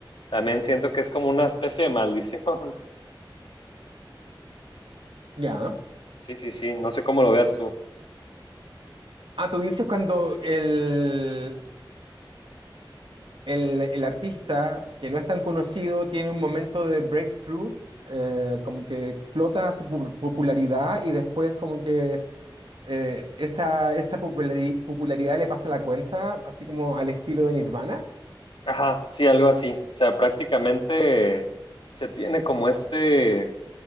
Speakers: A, on the left; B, on the right.
A: también siento que es como una especie de maldición. <laughs>
B: Ya.
A: Sí, sí, sí, no sé cómo lo veas tú.
B: Ah, tú dices cuando el, el, el artista que no es tan conocido tiene un momento de breakthrough, eh, como que explota su pu- popularidad y después como que eh, esa, esa populari- popularidad le pasa la cuenta, así como al estilo de Nirvana,
A: Ajá, sí, algo así. O sea, prácticamente se tiene como este,